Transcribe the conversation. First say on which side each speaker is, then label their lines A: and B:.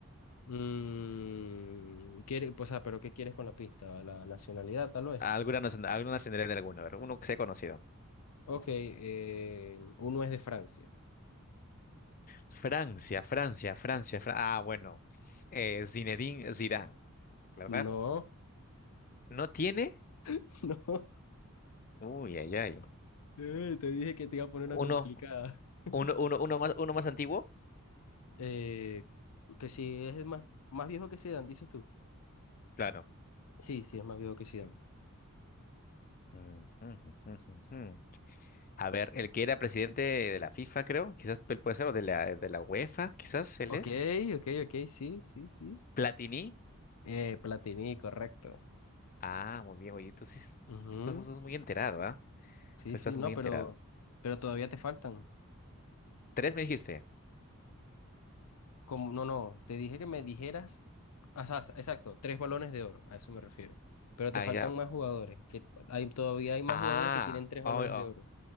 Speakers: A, on the left; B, on the left.
A: Mm, quiere, pues, ah, pero ¿qué quieres con la pista? La nacionalidad, tal vez.
B: Alguna, nacion- alguna nacionalidad de alguno, a ver, uno que sea conocido.
A: Ok, eh, uno es de Francia.
B: Francia, Francia, Francia, Fra- Ah, bueno, s- eh, Zinedine Zidane, ¿verdad?
A: No,
B: ¿No tiene?
A: <laughs> no.
B: Uy, ay, ay.
A: Eh, te dije que te iba a poner una complicada.
B: Uno,
A: <laughs>
B: uno, uno, uno más, uno más antiguo,
A: Eh, que si es más, más viejo que Zidane, dices tú.
B: claro.
A: Sí, sí, es más viejo que Zidane.
B: Mm, mm, mm, mm, mm. mm. A ver, el que era presidente de la FIFA, creo, quizás él puede ser, o de la, de la UEFA, quizás él
A: Ok,
B: es.
A: ok, ok, sí, sí, sí.
B: Platini.
A: Eh, Platini, correcto.
B: Ah, muy bien, oye, tú sí
A: Ujú,
B: estás, estás muy enterado, ¿ah?
A: Sí,
B: Tú estás
A: sí, no,
B: muy enterado.
A: pero, pero todavía te faltan.
B: Tres me dijiste.
A: Como, no, no, te dije que me dijeras, o sea, exacto, tres balones de oro, a eso me refiero. Pero
B: Ah,
A: te faltan
B: ya.
A: más jugadores, que hay, todavía hay más
B: Ah,
A: jugadores que tienen tres
B: oh,
A: balones
B: oh,
A: de oro.